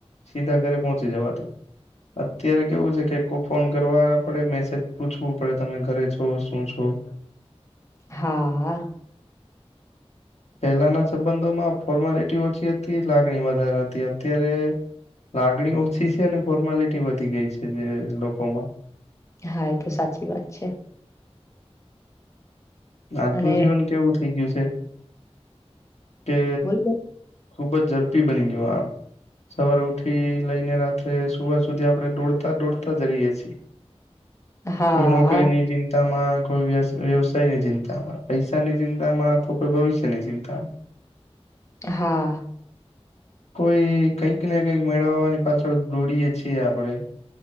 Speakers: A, on the left; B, on the left.
A: સીધા ઘરે પહોંચી જવાતું અત્યારે કેવું છે કે ફોન કરવા, આપડે મેસેજ પૂછવું પડે તમે ઘરે છો શું છો?
B: હા.
A: <inaudible> <inaudible> <inaudible> પહેલાના સંબંધોમાં ફોર્માલિટી ઓછી હતી લાગણી વધારે હતી અત્યારે, લાગણી ઓછી છે અને ફોર્માલિટી વધી ગઈ છે જે લોકોમાં,
B: હા એ તો સાચી વાત છે.
A: આજનું
B: અને
A: જીવન કેવું થઈ ગયું છે કે
B: બોલો બેન
A: ખૂબ જ ઝડપી બની ગીયો આ, સવાર ઉઠી લઈને રાત્રે સુવાર સુધી આપણે દોડતા દોડતા જ રહીએ છીએ.
B: હા,
A: કોઈ નોકરીની ચિંતામાં કોઈ વ વ્યવસાય ની, ચિંતામાં, પૈસા ની ચિંતા માં, તો કોઈ ભવિષ્યની ચિંતામાં.
B: હા,
A: કોઈ કંઈક ને કંઈક મેળવવાની પાછળ દોડીએ છીએ આપડણે,